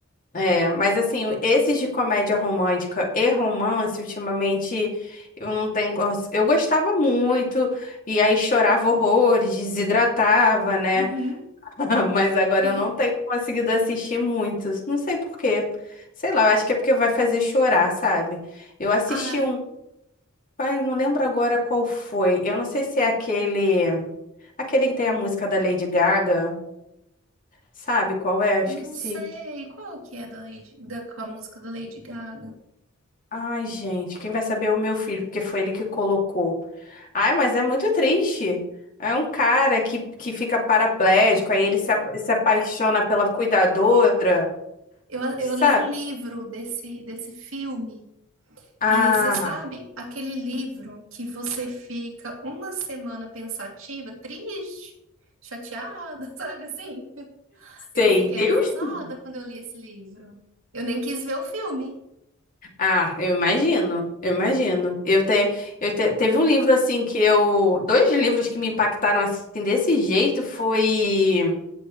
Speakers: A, on the left; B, on the right.
A: É, mas assim, esses de comédia romântica e romance, ultimamente, eu não tenho. cons- Eu gostava muito, e aí chorava horrores, desidratava, né?
B: Uhum.
A: <laughs> Mas agora
B: <laughs>
A: eu não tenho conseguido assistir muitos. Não sei por quê. Sei lá, eu acho que é porque vai fazer chorar, sabe? Eu assisti
B: Ah,
A: um, ai, eu não lembro agora qual foi. Eu não sei se é aquele, aquele que tem a música da Lady Gaga, sabe qual é? Eu
B: não
A: esqueci.
B: sei. Qual que é da Lady, da, com a música da Lady Gaga?
A: Ai, gente, quem vai saber é o meu filho, porque foi ele que colocou. Ai, mas é muito triste. É um cara que, que fica paraplégico, aí ele se, apa- se apaixona pela cuidadora,
B: Eu,
A: sabe?
B: eu li o livro desse, desse filme,
A: Ah,
B: e você sabe aquele livro que você fica uma semana pensativa, triste, chateada, <laughs> sabe assim? Eu
A: Sei,
B: fiquei
A: Deus
B: arrasada
A: me livre.
B: quando eu li esse livro. Eu nem quis ver o filme.
A: Ah, eu imagino, eu imagino. Eu, te, eu te- teve um livro assim que eu, dois livros que me impactaram assim desse jeito foi